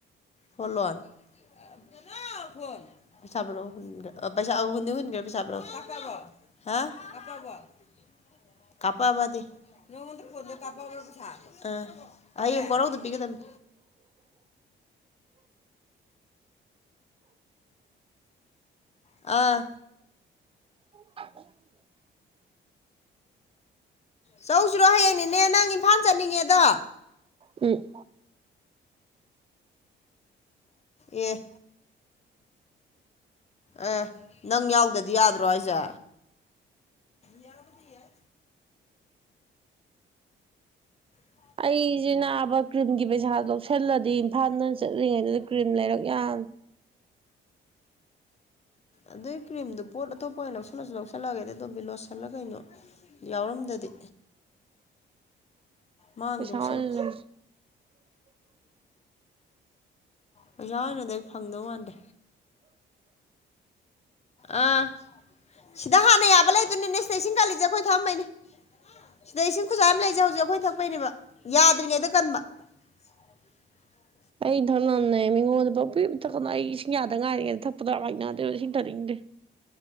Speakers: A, on the left (about 35°); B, on the right (about 30°).
A: ꯐꯣꯜꯂꯣꯟ ꯅꯥꯅꯥꯎ <unintelligible> ꯀꯄꯥꯕꯗꯤ ꯅꯉꯣꯟꯗ ꯐꯣꯟꯗ ꯀꯥꯞꯄꯥꯕ ꯕ ꯄꯩꯁꯥ ꯍꯌꯦꯡ ꯋꯔꯧꯗ ꯄꯤꯒꯗꯕꯅꯤ ꯑꯥ
B: <inaudible>
A: ꯆꯧꯁꯤꯔꯣ ꯍꯌꯦꯡ ꯅꯦꯅꯦ ꯅꯪ ꯏꯝꯐꯥꯜ ꯆꯠꯅꯤꯡꯉꯦꯗꯣ
B: ꯎꯝ
A: ꯑꯦ ꯑꯥ ꯅꯪ ꯌꯥꯎꯗꯗꯤ ꯌꯥꯗ꯭ꯔꯣ ꯍꯥꯏꯖꯦ ꯌꯥꯕꯨꯗꯤ ꯌꯥꯏ <inaudible>
B: ꯑꯩꯁꯦ ꯅꯥꯕ ꯀ꯭ꯔꯤꯝꯒꯤ ꯄꯩꯁꯥ ꯂꯧꯁꯜꯂꯗꯤ ꯏꯝꯐꯥꯜꯗ ꯆꯠꯂꯤꯉꯩꯗꯨꯗ ꯀ꯭ꯔꯤꯝ ꯂꯩꯔꯛ ꯌꯥꯕꯅꯤ
A: ꯑꯗꯨꯏ ꯀ꯭ꯔꯤꯝꯗꯨ ꯄꯣꯠ ꯑꯇꯣꯞꯄ ꯑꯣꯏꯅ ꯂꯧꯁꯜꯂꯁꯨ ꯂꯧꯁꯜꯂꯑꯒꯦꯗ ꯇꯣꯝꯕꯤ ꯂꯣꯁꯜꯂ ꯀꯩꯅꯣ ꯌꯥꯎꯔꯝꯗꯗꯤ ꯃꯥꯡꯗꯧ
B: ꯄꯩꯁꯥ ꯑꯣꯏꯅ
A: ꯁꯔꯨꯛ
B: ꯂꯧꯁꯤ
A: ꯄꯩꯁꯥ ꯑꯣꯏꯅꯗꯤ ꯑꯩ ꯐꯪꯗꯧ ꯃꯥꯟꯗꯦ ꯑꯥ ꯁꯤꯗ ꯍꯥꯟꯅ ꯌꯥꯕ ꯂꯩꯗꯨꯅꯦ ꯁꯤꯗ ꯏꯁꯤꯡ ꯀꯥꯂꯤꯖꯦ ꯑꯩꯈꯣꯏ ꯊꯛꯑꯝꯕꯅꯦ ꯁꯤꯗ ꯏꯁꯤꯡ ꯈꯨꯖꯥꯏ ꯑꯃ ꯂꯩꯖꯩ ꯍꯧꯖꯤꯛ ꯑꯩꯈꯣꯏꯅ ꯊꯛꯄꯩꯅꯦꯕ ꯌꯥꯗ꯭ꯔꯤꯉꯩꯗ ꯀꯟꯕ <inaudible>
B: ꯑꯩ ꯊꯛꯅꯕꯅꯦ ꯃꯤꯉꯣꯟꯗ ꯄꯥꯎꯄꯤꯗ ꯄꯤꯊꯛꯀꯥꯅꯨ ꯑꯩ ꯏꯁꯤꯡ ꯌꯥꯗ ꯉꯥꯏꯔꯤꯉꯩꯗ ꯊꯛꯄꯗꯣ ꯌꯝ ꯍꯩꯅꯥꯗꯦ ꯏꯁꯤꯡ ꯊꯅꯤꯡꯗꯦ